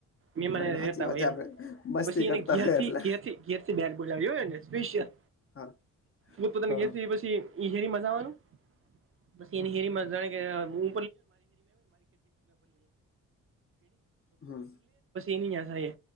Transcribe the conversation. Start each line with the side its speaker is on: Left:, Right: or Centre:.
Right: મહેમાન
Left: હા,
Right: એ
Left: સાચી
Right: રહેેતા
Left: વાત
Right: હોય
Left: છે આપડે
Right: એમ
Left: મસ્તી
Right: પછી
Left: કરતા
Right: એને ઘેરથી
Left: હોય એટલે
Right: ઘેર થી ઘેથી બેર બોલાવિયો હ એને સ્પેશિયલ
Left: હા
Right: પોતપતાની
Left: હા
Right: ઘેરથી પછી હેરી મજાવાનું બસ એની હેરી મજા <unintelligible> પછી
Left: હમ
Right: એની